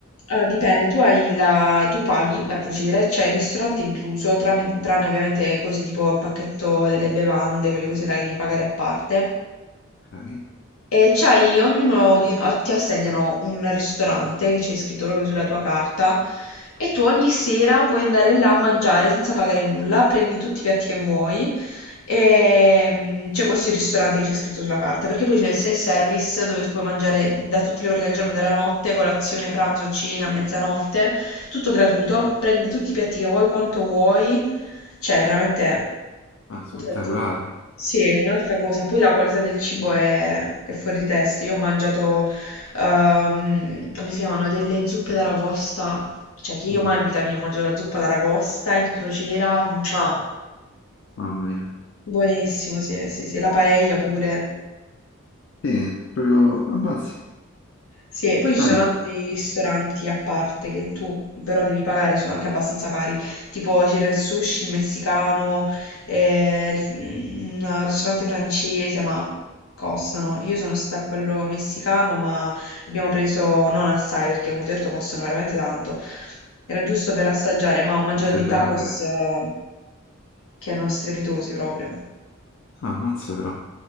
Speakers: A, on the left; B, on the left.
A: Eh, dipende, tu hai la... tu paghi la crociera e c'è il ristorante incluso, tram- tranne ovviamente cose tipo il pacchetto delle bevande, quelle cose là che devi pagare a parte.
B: Ok?
A: E c'hai ognuno di- o- ti assegnano un ristorante che c'è scritto proprio sulla tua carta e tu ogni sera puoi andare là a mangiare senza pagare nulla, prendi tutti i piatti che vuoi e mm, c'è questo ristorante che c'è scritto sulla carta, perché poi c'è il self-service dove tu puoi mangiare da tutte le ore del giorno e della notte, colazione, pranzo, cena, mezzanotte, tutto gratuito, prendi tutti i piatti che vuoi, quanto vuoi, cioè veramente
B: Ah, spettacolare.
A: ho detto, Sì, un'altra cosa, poi la qualità del cibo è, è fuori testa. Io ho mangiato, ehm, come si chiamano, delle zuppe d'aragosta, cioè che io
B: Mm,
A: mai in vita mia ho mangiato la zuppa d'aragosta in crociera, mua.
B: mamma mia.
A: buonissimo, sì, sì, sì, la paella pure.
B: Sì, proprio, ammazza.
A: Sì, e poi
B: Bello.
A: ci sono anche dei ristoranti a parte che tu però devi pagare, sono anche abbastanza cari, tipo c'era il sushi, il messicano, eh, il- un ristorante francese, ma costano. Io sono stata a quello messicano, ma abbiamo preso non assai perché come ti ho detto costano veramente tanto. Era giusto per assaggiare, ma ho mangiato
B: Assaggiare.
A: dei tacos
B: eh.
A: eh, che erano strepitosi proprio.
B: Ah, ammazza però.